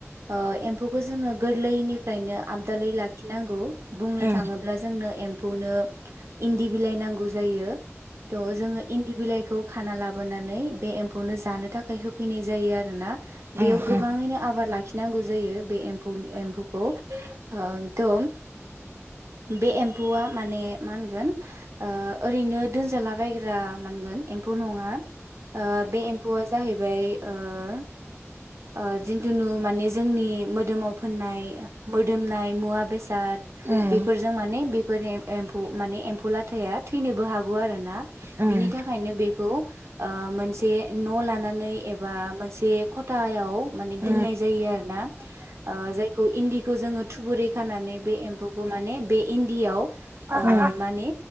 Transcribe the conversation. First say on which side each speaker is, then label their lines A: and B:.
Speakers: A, on the right (about 65°); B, on the right (about 50°).
A: ओ एम्फौखौ जोङो गोरलैनिफ्रायनो आबदालै लाखिनांगौ बुंनो
B: उम
A: थाङोब्ला जों बेखौनो इन्दि बिलाइ नांगौ जायो। थ' जोङो इन्दि बिलाइखौ खाना लाबोनानै बे एम्फौनो जानो थाखाय होफैनाय जायो आरो ना बेयाव
B: उम उम
A: गोबाङैनो
B: उम
A: आबाद लाखिनांगौ जायो बे एम्फौ एम्फौखौ ओ थ' बे एम्फौआ माने मा होनगोन ओ ओरैनो दोनजालाबायग्रा मा‌ होनगोन एम्फौ नङा। ओ बे एमफौआ जाहैबाय ओ‌ ओ जिनथुनु माने जोंनि मोदोमाव फोननाय मोदोमनाय मुवा बेसेाद दा
B: उम
A: बेफोरजों
B: उम
A: माने बेफोरनि एमफौ माने एम्फौ लाथाया थैनोबो हागौ आरो ना। ना
B: उम
A: बिनि थाखायनो बेखौ ओ मोनसे न' लानानै एबा बा मोनसे खथायाव माने
B: अ
A: दोननाय जायो आरो ना ओ जायखौ इन्दिखौ जोङो थुबुरै खानानै बे एम्फौ माने बे इन्दियाव ओ
B: अ
A: माने